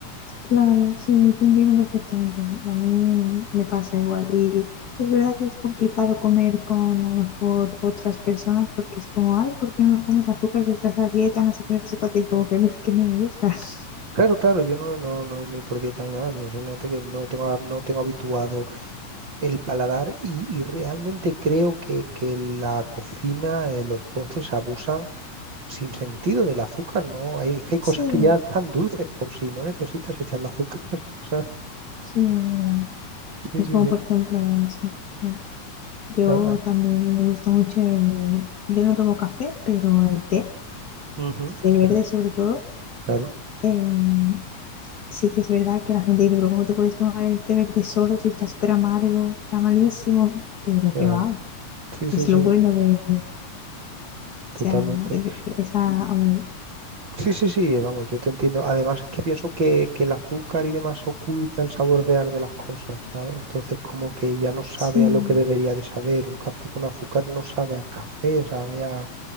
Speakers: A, on the left; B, on the right.
A: Claro, sí,
B: Mm,
A: yo te entiendo perfectamente. A mí me pasa igual. Y es verdad que es complicado comer con a lo mejor otras personas porque es como, ay, ¿por qué no comes azúcar que estás a dieta? No sé qué, no sé cuánto", y como
B: mm.
A: que no es que no me gusta. <laughs>
B: Claro, claro, yo no, no, no es ni por dieta ni nada, sino simplemente que no tengo, a- no tengo habituado el paladar y, y realmente creo que, que la cocina, eh, los postres abusan sin sentido del azúcar, ¿no? Hay, que hay cosas
A: Sí,
B: que ya están dulces por si no necesitas echarle azúcar, <laughs> ¿sabes?
A: sí, es verdad.
B: Sí,
A: Es
B: sí,
A: como,
B: sí.
A: por ejemplo, sí, bueno, yo
B: Ah, ah.
A: también me gusta mucho el... Yo no tomo café, pero el té,
B: Ujú,
A: té verde
B: qué rico.
A: sobre todo.
B: Claro,
A: em, sí que es verdad que la gente dice, pero ¿cómo te puedes tomar el té verde solo si está súper amargo? Está malísimo, pero
B: claro.
A: que va,
B: Sí, sí,
A: es
B: sí,
A: lo
B: no,
A: bueno de, o sea,
B: totalmente.
A: el- esa amargura.
B: Sí, sí, sí, vamos, yo te entiendo. Además, es que pienso que, que el azúcar y demás oculta el sabor real de las cosas, ¿sabes? Entonces, como que ya no sabe
A: Sí,
B: a lo que debería de saber. Un café con azúcar no sabe a café, sabe a,